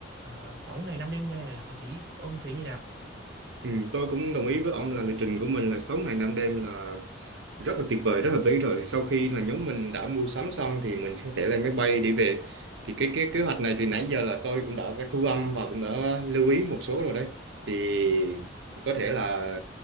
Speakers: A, on the right; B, on the right.
A: uh, 6 ngày 5 đêm này là hợp lý ông thấy như nào
B: Ừ, tôi cũng đồng ý với ông là lịch trình của mình là 6 ngày 5 đêm là rất là tuyệt vời, rất hợp lý rồi. Sau khi là nhóm mình đã mua sắm xong thì mình sẽ thể lên máy bay để về. Thì cái cái kế hoạch này thì nãy giờ là tôi cũng đã thu âm và cũng đã lưu ý một số rồi đấy. Thì có thể là